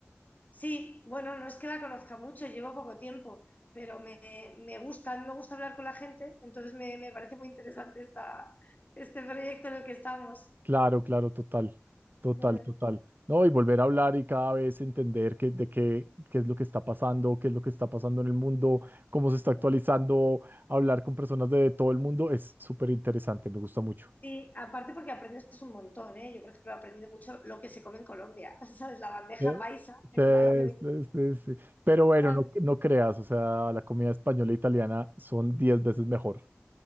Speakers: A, on the left; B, on the right.
A: Sí, bueno, no es que la conozca mucho, llevo poco tiempo, pero me, me gusta, a mí me gusta hablar con la gente, entonces me, me parece muy interesante esta, este proyecto en el que estamos.
B: Claro, claro, total, total,
A: ¿sabes?
B: total. No, y volver a hablar y cada vez entender qué, de qué, qué es lo que está pasando, qué es lo que está pasando en el mundo, cómo se está actualizando, hablar con personas de todo el mundo es súper interesante, me gusta mucho.
A: Sí, aparte porque aprendes un montón, ¿eh? Yo, por ejemplo, he aprendido mucho lo que se come en Colombia, <laughs> ¿sabes? La bandeja
B: Eh,
A: paisa, que
B: Sí,
A: no la había visto,
B: sí, sí, sí. Pero bueno,
A: ¿sabes?
B: no, no creas, o sea, la comida española e italiana son 10 veces mejor.